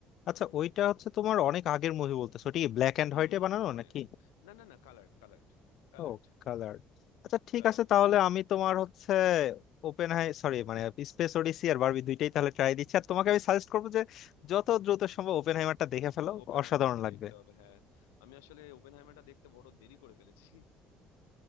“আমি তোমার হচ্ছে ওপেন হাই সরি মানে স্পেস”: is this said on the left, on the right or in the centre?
Left